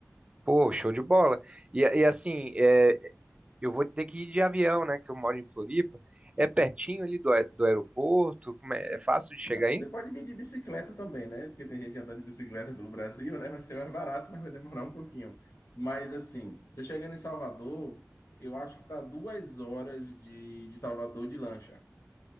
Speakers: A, on the right; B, on the left.
A: Pô, show de bola. E, e assim, é, eu vou ter que ir de avião, né, que eu moro em Floripa. É pertinho ali do, aer- do aeroporto, como é, é fácil de chegar
B: Não.
A: aí?
B: Você pode vir de bicicleta também, né? Porque tem gente andando de bicicleta pelo Brasil, né? Vai ser mais barato, mas vai demorar um pouquinho. Mas assim, você chegando em Salvador, eu acho que tá duas horas de, de Salvador de lancha.